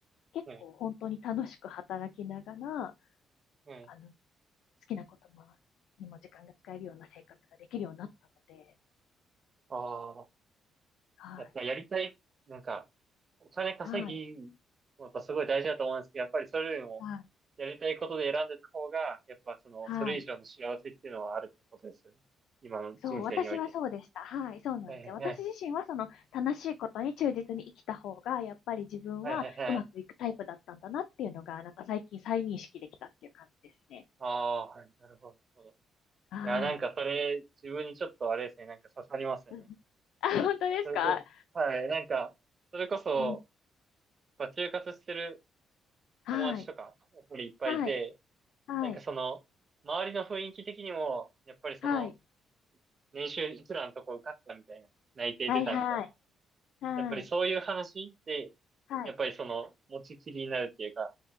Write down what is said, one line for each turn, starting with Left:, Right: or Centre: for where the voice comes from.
Left: 結構本当に楽しく働きながら、
Right: はい。うん、うん、うん。はい。はい。はい。
Left: あの、好きなこともにも時間が使えるような生活ができるようになったので、
Right: ああ、
Left: はい、
Right: やっぱやりたい、なんか、お金稼ぎ、
Left: はい、
Right: やっぱすごい大事だと思うんですけど、やっぱりそれよりも、
Left: はい、
Right: やりたいことで選んでた方が、やっぱその、
Left: はい。
Right: それ以上の幸せっていうのはあるってことですよね。今の人生において。
Left: そう、私はそうでした。はい、そうなんですよ。
Right: はいはいはい。
Left: 私自身はその楽しいことに忠実に生きた方が、やっぱり自分はうまくいくタイプだったんだなっていうのが、
Right: はいはいはい。
Left: なんか最近再認識できたっていう感じですね。
Right: ああ、はい。なるほど、なるほど。い
Left: はい。
Right: や、なんかそれ、自分にちょっとあれですね、なんか刺さりますね。
Left: <laughs> うん。あ、本当ですか
Right: それこそ、はい、なんか、それこそ、
Left: うん。
Right: まあ、就活してる
Left: はい。
Right: 友達とか、やっぱりいっぱいいて、
Left: はい。はい。
Right: なんかその、周りの雰囲気的にも、やっぱりその、
Left: はい。
Right: 年収いくらのとこ受かったみたいな、内定出たみたいな、
Left: はい。はい。はい。
Right: やっぱりそういう話で、
Left: はい。
Right: やっぱりその、持ちきりになるっていうか、